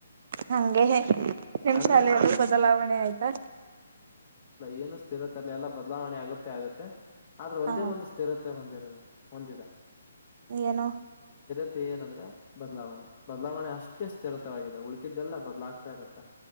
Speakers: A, on the right; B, on the left.
A: ಹಂಗೆನೇ ನಿಮ್ಮ
B: ಅಂದ್ರೆ
A: ಶಾಲೆಯಲ್ಲಿ ಬದಲಾವಣೆ ಆಯ್ತಾ
B: ಏನ ಸ್ಥಿರತೆ ಇಲ್ಲ, ಎಲ್ಲಾ ಬದಲಾವಣೆ ಆಗತ್ತೆ, ಆಗತ್ತೆ ಆದ್ರೆ
A: ಹಾ
B: ಒಂದೇ ಒಂದ ಸ್ಥಿರ ಮತ್ತೆ ಹೊಂದಿರದ ಹೊಂದಿದೆ <unintelligible>
A: ಏನೋ
B: ಮತ್ತೆ ಏನಂದ್ರೆ ಬದಲಾವಣೆ ಬದಲಾವಣೆ ಅಷ್ಟೇ ಸ್ಥಿರತವಾಗಿದೆ ಉಳಕಿದ್ದೆಲ್ಲ ಬದಲಾಗ್ತಾ ಇರತ್ತ